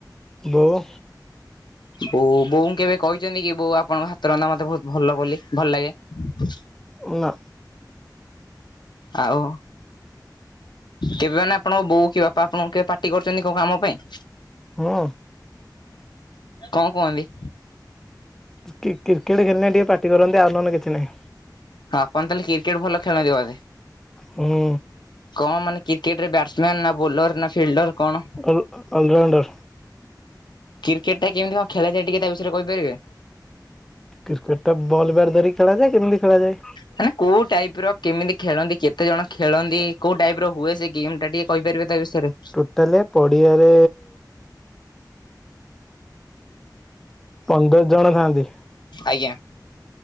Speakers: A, in the centre; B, on the left (about 75°).
A: ବୋଉ।
B: ବୋଉ ବୋଉଙ୍କୁ କେବେ କହିଛନ୍ତି କି ବୋଉ ଆପଣଙ୍କ ହାତ ରନ୍ଧା ମତେ ବହୁତ ଭଲ ବୋଲି ଭଲ ଲାଗେ? ହ
A: ନା।
B: ଆଉ। କେବେ ମାନେ ଆପଣଙ୍କ ବୋଉ କି ବାପା ଆପଣଙ୍କୁ କେବେ ପାଟି କରିଛନ୍ତି କୋଉ କାମ ପାଇଁ?
A: ହୁଁ।
B: କଣ କୁହନ୍ତି?
A: କି କ୍ରିକେଟ ଖେଳିନେ ଟିକେ ପାଟି କରନ୍ତି ଆଉ ନହେଲେ କିଛି ନାହିଁ।
B: ହଁ ଆପଣ ତାହେଲେ କ୍ରିକେଟ ଭଲ ଖେଳନ୍ତି ବୋଧେ?
A: ହୁଁ
B: କଣ ମାନେ କ୍ରିକେଟରେ ବ୍ୟାଟସ ମ୍ୟାନ ନା ବୋଲର ନା ଫିଲ୍ଡର କଣ?
A: All allrounder.
B: କ୍ରିକେଟ ଟା କେମିତି କଣ ଖେଳାଯାଏ ଟିକେ ତା ବିଷୟରେ କହିପାରିବେ?
A: କ୍ରିକେଟା ବଲ ବ୍ୟାଟ୍ ଧରିକି ଖେଳାଯାଏ କେମି ଖେଳାଯାଏ।
B: ମାନେ କୋଉ ଟାଇପ ର କେମିତି ଖେଳନ୍ତି କେତେ ଜଣ ଖେଳନ୍ତି କୋଉ ଟାଇପ ର ହୁଏ ସେ ଗେମ୍ ଟା ଟିକେ କହିପାରିବ ତା ବିଷୟରେ।
A: ଟୋଟାଲ ପଡିଆରେ ପନ୍ଦର ଜଣ ଥାଆନ୍ତି।
B: ଆଜ୍ଞା।